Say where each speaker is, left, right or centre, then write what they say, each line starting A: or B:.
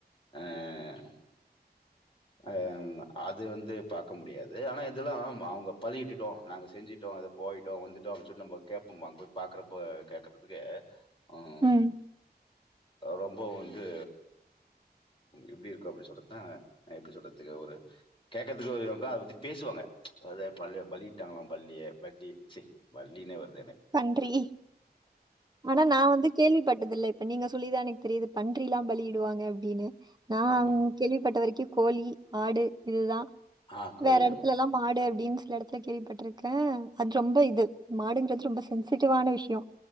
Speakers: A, on the left; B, on the right.
A: அஹ் அஹ் அது வந்து பாக்க முடியாது ஆனா இதெல்லா அவங்க பலியிட்டுட்டோ நாங்க செஞ்சிட்டோ அத போயிட்டோ வந்துட்டோ அப்டினு சொல்லி நம்ம கேப்பமா அங்க போய் பாக்கறப்ப கேக்கறதுக்கே உம்
B: ம்.
A: ரொம்ப வந்து எப்டி இருக்கு அப்டி சொல்றதா எப்டி சொல்றதுக்கு ஒரு கேக்கறதுக்கு ஒரு <unintelligible> அத பத்தி பேசுவாங்க அதாவது பல்லு பலியிட்டாங்களா பல்லிய பல்லி சே பல்லினே வருது
B: பன்றி ஆனா நா வந்து கேள்வி பட் டுதில இப்ப நீங்க சொல்லிதா எனக்கு தெரியுது பன்றி ல்லா பலிஇடுவாங்க அப்டினு நா
A: ஆமா.
B: கேள்விப்பட்டவரை கி கோழி ஆடு இதுதா
A: ஆ கோழி
B: வேற எடத்துல
A: ஆமா.
B: எல்லா மாடு டிம்ஸ் சில எடத்துல கேள்விப்பட்டிருக்கே அது ரொம்ப இது மாடுன்றது ரொம்ப சென்சிட்டிவான விஷயோ